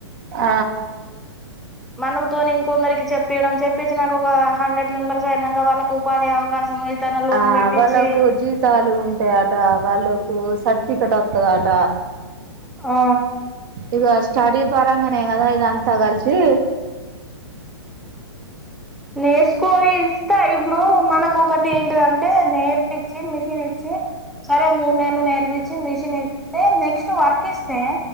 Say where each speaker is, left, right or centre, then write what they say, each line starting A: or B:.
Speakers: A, on the right; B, in the centre.
A: ఆ...
B: మనకు తోని ఇంకొందరికి చెప్పియడం చెప్పించినంకా ఒక హండ్రెడ్ మెంబర్స్ అయినంక వాళ్ళకి ఉపాధి అవకాశం ఏదైనా లోన్
A: ఆ
B: పెట్టించి
A: వాళ్లకు జీతాలు ఉంటాయట వాళ్లు కు సర్టిఫికెట్ అత్తదంట
B: ఆ
A: ఇగ స్టడీ పరంగానే కదా ఇదంతా కలిపి
B: నేర్స్‌కొని ఇస్తే ఇప్పుడు మన కు ఒకటి ఏంటిదంటే నేర్పిచ్చి మిషిన్ ఇచ్చి సరే మూడునెలు నేర్పిచి మిషన్ ఇస్తే నెక్స్ట్ వర్క్ ఇస్తే